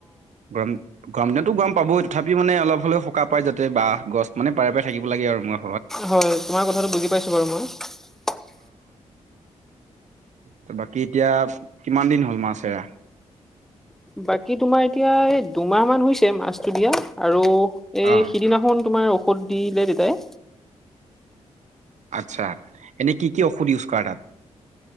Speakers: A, on the right; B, in the centre.
A: গৰম গৰম দিনতো গৰম পাবই। তথাপি মানে অলপ হলেও সকাহ পায়, যাতে বাঁহ গছ মানে পাৰে-পাৰে থাকিব লাগে আৰু মই
B: হয়, তোমাৰ কথাটো বুজি পাইছোঁ বাৰু মই।
A: তো বাকী এতিয়া কিমান দিন হ'ল মাছ এৰা?
B: বাকী তোমাৰ এতিয়া এই দুমাহ মান হৈছে মাছ দিয়া আৰু এই
A: অ'
B: সিদিনাখন তোমাৰ ঔষধ দিলে দেতাই
A: আচ্ছা, এনে কি কি ঔষধ ইউজ কৰা তাত